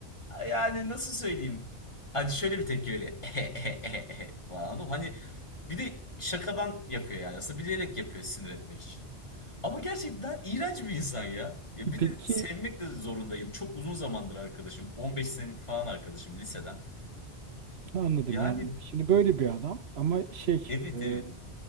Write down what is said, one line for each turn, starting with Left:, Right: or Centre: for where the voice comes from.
Left: Yani nasıl söyleyeyim? Hadi şöyle bir tepki veriyor. <laughs> Falan. anladın mı? Hani bir de şakadan yapıyor yani. Aslında bilerek yapıyor sinir etmek için. Ama gerçekten iğrenç bir insan ya. Ya bir
Right: Peki
Left: de sevmek de zorundayım. Çok uzun zamandır arkadaşım. 15 senelik falan arkadaşım liseden.
Right: anladım.
Left: Yani
Right: Yani şimdi böyle bir adam ama şey
Left: evet
Right: e,
Left: evet.